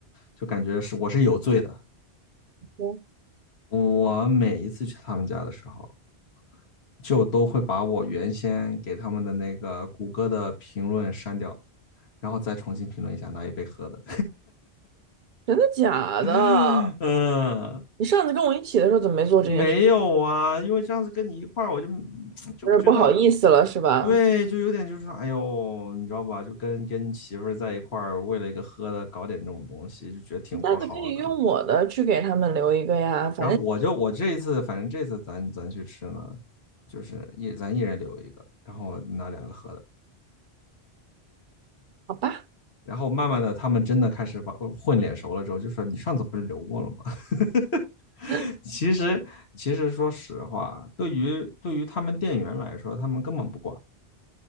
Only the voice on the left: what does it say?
就感觉是我是有罪的。
我每一次去他们家的时候，就都会把我原先给他们的那个谷歌的评论删掉，然后再重新评论一下，拿一杯喝的。
<laughs> 嗯、
没有啊，因为这样子跟你一块儿，我就 <tsk> 就觉得，
对，就有点就是说，哎呦，你知道吧？就跟跟媳妇儿在一块儿，为了一个喝的搞点这种东西，就觉得挺不好的。
然后我就我这一次，反正这次咱咱去吃呢，就是一咱一人留一个，然后拿两个喝的。
然后慢慢的，他们真的开始把呃混脸熟了之后，就说你上次不是留过了吗？<laughs>
其实其实说实话，对于对于他们店员来说，他们根本不管。